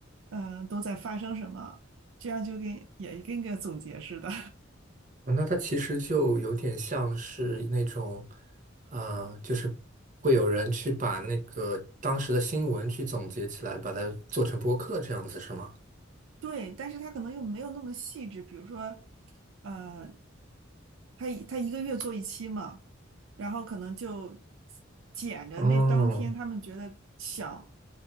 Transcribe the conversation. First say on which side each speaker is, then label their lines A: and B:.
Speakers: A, on the right; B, on the right.
A: 嗯、呃都在发生什么，这样就跟也跟个总结似的。
B: 啊那它其实就有点像是那种，啊、就是会有人去把那个当时的新闻去总结起来，把它做成播客这样子，是吗？
A: <laughs> 对，但是他可能又没有那么细致，比如说，呃，他他一个月做一期嘛，然后可能就捡着那当天他们觉得想
B: 哦，